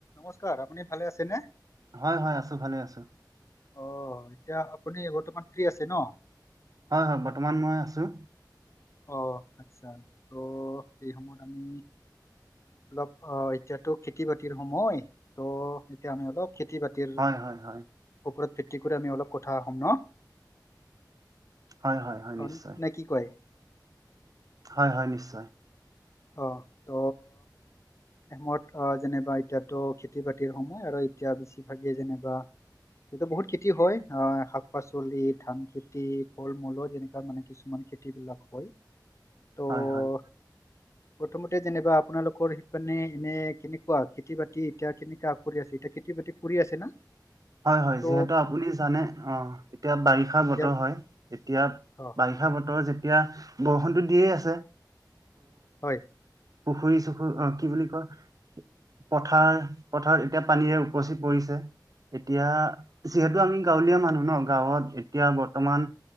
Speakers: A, on the left; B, on the right.
A: নমস্কাৰ, আপুনি ভালে আছেনে?
B: হয়, হয়, আছোঁ ভালে আছোঁ।
A: অ', এতিয়া আপুনি বৰ্তমান ফ্ৰী আছে ন?
B: হয়, হয় বৰ্তমান মই আছোঁ।
A: অ', আচ্ছা, ত' এই সময়ত আমি অলপ অ', এতিয়াটো খেতি বাতিৰ সময়, ত' এতিয়া আমি অলপ খেতি বাতিৰ
B: হয়, হয়, হয়।
A: ওপৰত ভিত্তি কৰি আমি অলপ কথা হম ন?
B: হয়, হয়, হয়,
A: অ',
B: নিশ্চয়।
A: নে কি কয়?
B: হয়, হয়, নিশ্চয়।
A: অ, ত' সময়ত আহ, যেনিবা এতিয়াটো খেতি বাতিৰ সময় আৰু এতিয়া বেছিভাগে যেনিবা, এইটো বহুত খেতি হয় আহ শাক -পাচলি, ধান খেতি, ফল মূল এনেকুৱা মানে কিছুমান খেতিবিলাক হয়। ত'
B: হয়, হয়।
A: <inaudible> প্ৰথমতে যেনিবা আপোনালোকৰ খেইপিনে এনে কেনেকুৱা? খেতি বাতি এতিয়া কেনেকুৱা আগবাঢ়ি আছে এতিয়া খেতি কৰি আছে না?
B: হয়- হয়
A: ত'
B: যিহেতু আপুনি জানে। অ, এতিয়া বাৰিষা বতৰ
A: ইয়াৰ বি-
B: হয় এতিয়া।
A: অ
B: বাৰিষা বতৰত যেতিয়া বৰষুণটো দিয়েই আছে।
A: হয়।
B: পুখুৰী- চুখুৰী অ, কি বুলি কয়। পথাৰ- পথাৰত এতিয়া পানীৰে উপচি পৰিছে। এতিয়া, যিহেতু আমি গাঁৱলীয়া মানুহ ন গাঁৱত এতিয়া বৰ্তমান